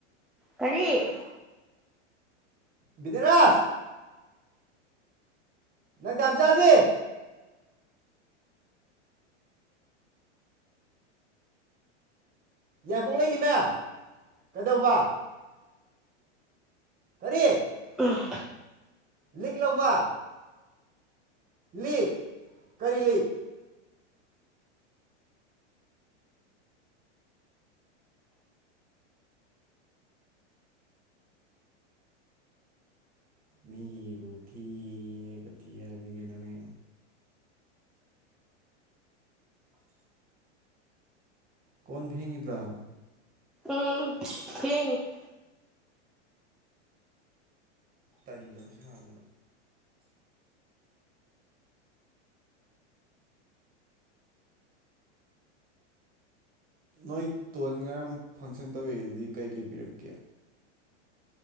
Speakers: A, in the centre; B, on the right.
A: ꯀꯔꯤ
B: ꯕꯤꯗꯔꯥꯁ ꯅꯪ ꯇꯝꯆꯥꯗꯤ ꯌꯥꯏꯄꯣꯛ ꯂꯩꯒꯤꯅꯦ ꯀꯩꯗꯧꯕ ꯀꯔꯤ
A: ꯎꯝ
B: ꯂꯤꯛ ꯂꯧꯕꯥ ꯂꯤꯛ ꯀꯔꯤ ꯂꯤꯛ ꯃꯤ ꯕꯊꯤ ꯀꯊꯤ ꯍꯥꯏ ꯃꯤꯒꯤꯅꯥꯅꯤ ꯀꯣꯟ ꯐꯦꯡꯉꯤꯕ꯭ꯔꯥ
A: ꯎꯝ ꯌꯦꯉ
B: ꯇꯟꯗꯕ ꯁꯥꯗꯅ ꯅꯣꯏ ꯇꯣꯟ ꯉꯥꯡ ꯐꯪꯁꯟ ꯇꯧꯋ ꯑꯗꯨꯗꯤ ꯀꯩꯀꯩ ꯄꯤꯔꯛꯀꯦ